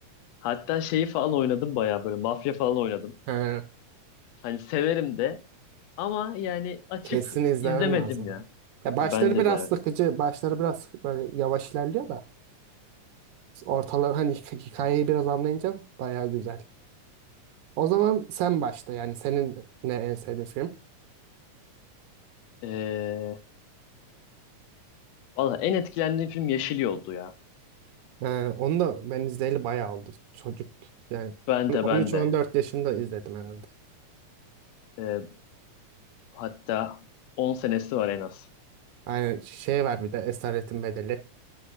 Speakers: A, on the left; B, on the right.
A: hatta şeyi falan oynadım bayağı böyle mafya falan oynadım.
B: He,
A: Hani severim de ama yani açıp
B: kesin izlemen
A: izlemedim
B: lazım.
A: ya.
B: Ya başları
A: Bence
B: biraz
A: de evet.
B: sıkıcı. Başları biraz sık- böyle yavaş ilerliyor da. Ortaları hani hik- hikayeyi biraz anlayınca baya güzel. O zaman sen başla yani senin ne en sevdiğin film?
A: Ee, valla en etkilendiğim film Yeşil Yol'du ya.
B: Ee, onu da ben izleyeli bayağı oldu. Çocuk yani
A: Ben de
B: 13-14
A: ben de.
B: yaşında izledim herhalde.
A: Ee, hatta 10 senesi var en az.
B: Aynen şey var bir de Esaretin Bedeli.